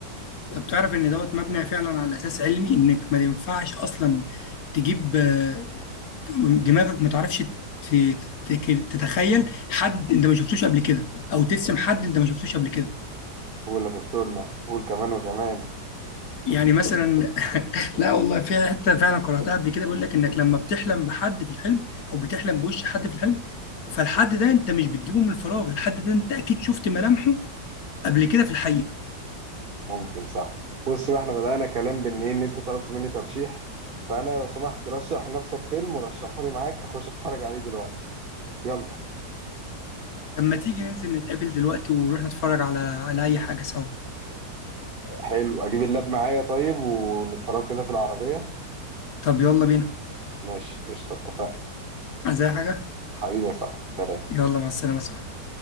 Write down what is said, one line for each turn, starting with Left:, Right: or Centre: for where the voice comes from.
Left: طب تعرف ان دوت مبني فعلا على اساس علمي انك ما ينفعش اصلا تجيب آه، دماغك ما تعرفش ت- ت- تتخيل حد انت ما شفتوش قبل كده او ترسم حد انت ما شفتوش قبل كده
Right: قول يا دكتورنا قول كمان وكمان
Left: يعني مثلا <laughs> لا والله في حته فعلا قراتها قبل كده بيقول لك انك لما بتحلم بحد في الحلم او بتحلم بوش حد في الحلم فالحد ده انت مش بتجيبه من الفراغ الحد ده انت اكيد شفت ملامحه قبل كده في الحقيقه
Right: ممكن صح بص بقى احنا بدأنا كلام بان ايه ان انت طلبت مني ترشيح فانا لو سمحت رشح لنفسك فيلم ورشحولي معاك اخش اتفرج عليه دلوقتي يلا
Left: طب ما تيجي ننزل نتقابل دلوقتي ونروح نتفرج على على أي حاجة سوا
Right: حلو اجيب اللاب معايا طيب ونتفرجوا كده في العربية
Left: طب يلا بينا
Right: ماشي قشطة اتفقنا
Left: عايز أي حاجة
Right: حبيبي يا صاحبي سلام
Left: يلا مع السلامة يا صاحبي